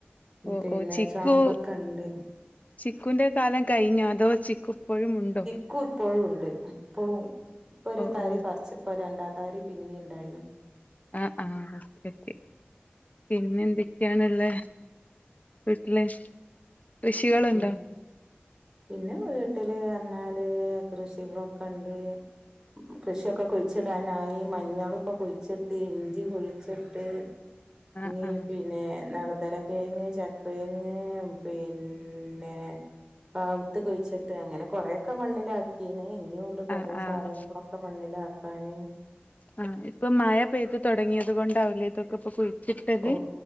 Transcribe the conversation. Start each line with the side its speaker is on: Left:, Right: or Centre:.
Left: ഓ
Right: പിന്നെ
Left: ഓ ചിക്കു
Right: ചാമ്പക്ക ഇണ്ട്
Left: ചിക്കുന്റെ കാലം കഴിഞ്ഞോ അതോ ചിക്കു ഇപ്പോഴും ഉണ്ടോ
Right: ചിക്കു ഇപ്പോഴും ഉണ്ട് ഇപ്പോഴും ഇപ്പൊ ഒരു
Left: ഓ
Right: താരി
Left: ഓ
Right: പറിച്ച ഇപ്പൊ രണ്ടാം തരി ഉണ്ടായിരുന്നു പിന്നെ ഇണ്ടായിന്
Left: ആഹ് ആഹ് കിട്ടി പിന്നെ എന്തൊക്കെയാണ്ള്ളത് വീട്ടിൽ കൃഷികള്
Right: പി
Left: ഇണ്ടോ
Right: പിന്നെ വീട്ടില് പറഞ്ഞാല് കൃഷികളൊക്കെ ഉണ്ട് കൃഷിയൊക്കെ കുഴിച്ചിടാൻ ആയി മഞ്ഞള ഇപ്പൊ കൊഴിച്ചിട്ട് ഇഞ്ചി കുഴിച്ചിട്ട്
Left: <inaudible>
Right: ഈ
Left: ആ
Right: പിന്നെ വഴുതന <unintelligible> പിന്നെ പിന്നെ ആവിത്ത് കുഴിച്ചിട്ട് അങ്ങനെ കൊറെക്കെ മണ്ണിലാക്കിയന് ഇനിയും കൊറെ
Left: ആ ആ
Right: സാധനങ്ങളൊക്കെ മണ്ണിലാക്കാന്
Left: ആഹ് ഇപ്പൊ മഴ പെയ്ത് തുടങ്ങിയത് കൊണ്ടാവലേ ഇതൊക്കെ ഇപ്പൊ കുഴിച്ചിട്ടത്
Right: ഓ